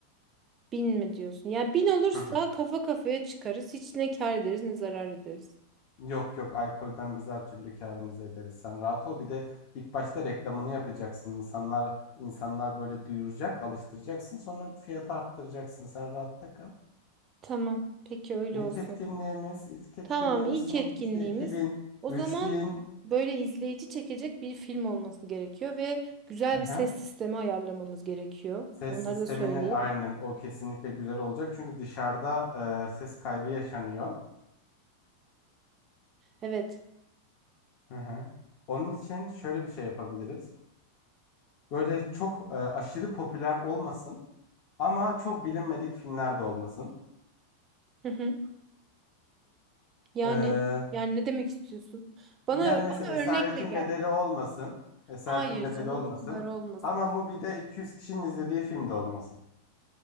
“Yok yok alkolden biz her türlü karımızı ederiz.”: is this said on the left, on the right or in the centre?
Left